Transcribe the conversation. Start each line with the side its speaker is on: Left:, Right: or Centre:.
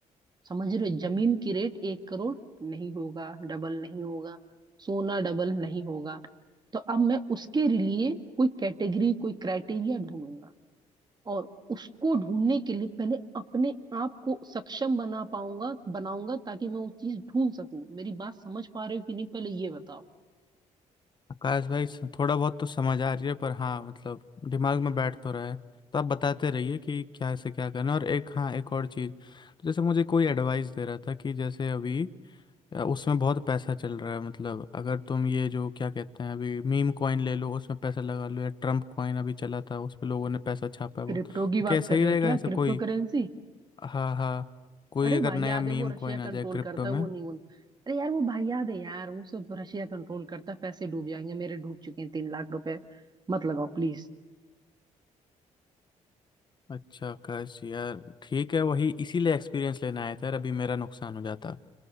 Right: समझ रहे हो? जमीन की रेट एक करोड़ नहीं होगा डबल नहीं होगा सोना डबल नहीं होगा तो अब मैं उसके लिए कोई कैटेगरी कोई क्राइटेरिया ढूंढूंगा और उसको ढूंढने के लिए पहले अपने आप को सक्षम बना पाऊंगा बनाऊंगा ताकि मैं वो चीज ढूंढ सकूं मेरी बात समझ पा रहे हो कि नहीं पहले ये बताओ
Left: आकाश भाई स- थोड़ा बहुत तो समझ आ रही है पर हाँ मतलब दिमाग में बैठ तो रहा है तो आप बताते रहिए कि क्या से क्या करना और एक हाँ एक और चीज़ जैसे मुझे कोई एडवाइस दे रहा था कि जैसे अभी या उसमें बहुत पैसा चल रहा है मतलब अगर तुम ये जो क्या कहते हैं अभी मीम कॉइन ले लो उसमें पैसा लगा लो या ट्रम्प कॉइन अभी चला था उस पे लोगों ने पैसा छापा है
Right: क्रिप्टो
Left: बहुत
Right: की बात
Left: कैसा
Right: कर
Left: ही
Right: रहे
Left: रहेगा
Right: हो क्या
Left: ऐसा
Right: क्रिप्टो
Left: कोई
Right: करेंसी
Left: हाँ हाँ कोई
Right: अरे
Left: अगर
Right: भाई
Left: नया
Right: याद
Left: मीम
Right: है वो रशिया
Left: कॉइन
Right: कंट्रोल
Left: आ जाए क्रिप्टो
Right: करता
Left: में
Right: है वो नहीं उन अरे यार वो भाई याद है यार वो सब रशिया कंट्रोल करता है पैसे डूब जाएंगे मेरे डूब चुके हैं तीन लाख रुपए मत लगाओ प्लीज
Left: अच्छा आकाश यार ठीक है वही इसीलिए एक्सपीरियंस लेना आया था यार अभी मेरा नुकसान हो जाता